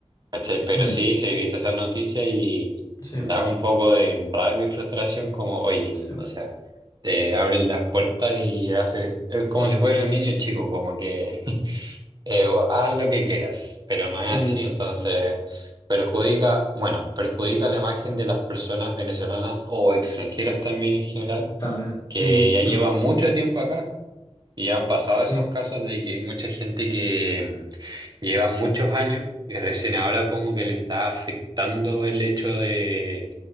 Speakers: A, on the right; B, on the left.
A: ¿cachai? Pero
B: mm,
A: sí, sí he visto esas noticias y
B: sí,
A: da un poco de rabia y frustración como, oye,
B: sí,
A: o sea, te abren las puertas y hace, es como si fuera un niño chico, como que... Eh, haz lo que quieras, pero no es
B: sí,
A: así, entonces perjudica, bueno, perjudica la imagen de las personas venezolanas o extranjeras también en general,
B: también, sí,
A: que ya llevan
B: totalmente.
A: mucho tiempo acá y han pasado
B: Sí.
A: esos casos de que mucha gente que mm, lleva muchos años y recién ahora como que le está afectando el hecho de,